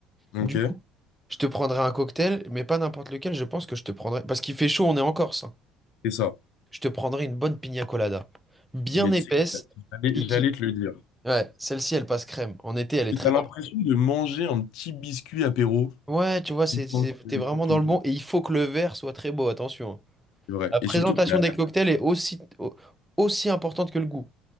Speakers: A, on the left (about 75°); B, in the centre.
A: Ok,
B: Du coup, je te prendrai un cocktail, mais pas n'importe lequel. Je pense que je te prendrai... Parce qu'il fait chaud, on est en Corse. hein.
A: c'est ça.
B: Je te prendrai une bonne pina colada. Bien
A: Et ben,
B: épaisse.
A: tu sais, j'allais
B: Qui,
A: j'allais
B: qui...
A: te le dire.
B: Ouais, celle-ci, elle passe crème. En été, elle est
A: Tu
B: très...
A: as l'impression de manger un petit biscuit apéro.
B: Ouais, tu vois, c'est,
A: une
B: c'est-
A: fois que-
B: t'es vraiment
A: que tu
B: dans
A: bois.
B: le bon. Et il faut que le verre soit très beau, attention. hein.
A: C'est vrai.
B: La présentation
A: Et surtout que la-
B: des cocktails est aussi, au- aussi importante que le goût.